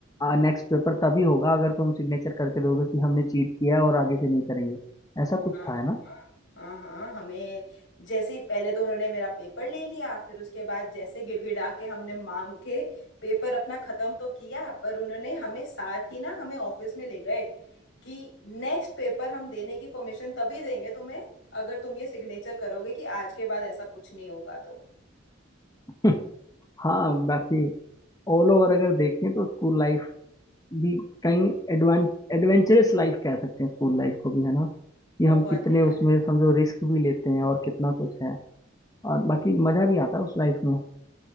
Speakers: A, on the left; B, on the left.
A: नेक्स्ट पेपर तभी होगा अगर तुम सिग्नेचर करके दोगे कि हमने चीट किया है और आगे से नहीं करेंगे ऐसा कुछ
B: हाँ
A: था है
B: हाँ
A: ना
B: हाँ हाँ हमें जैसे ही पहले तो उन्होंने मेरा पेपर ले लिया फिर उसके बाद जैसे गिड़गिड़ा के हमने मांग के पेपर अपना खत्म तो किया पर उन्होंने हमें साथ ही ना हमें ऑफिस में ले गए कि नेक्स्ट पेपर हम देने की परमिशन तभी देंगे तुम्हें अगर तुम ये सिग्नेचर करोगे कि आज के बाद ऐसा कुछ नहीं होगा तो
A: <laughs> हाँ बाकी ऑल ओवर अगर देखें तो स्कूल लाइफ भी कहीं एडवां एडवेंचरस लाइफ कह सकते हैं स्कूल लाइफ को भी है ना कि
B: बहुत
A: हम कितने
B: है यार
A: उसमें समझो रिस्क भी लेते हैं और कितना कुछ है और बाकी मजा भी आता है उस लाइफ में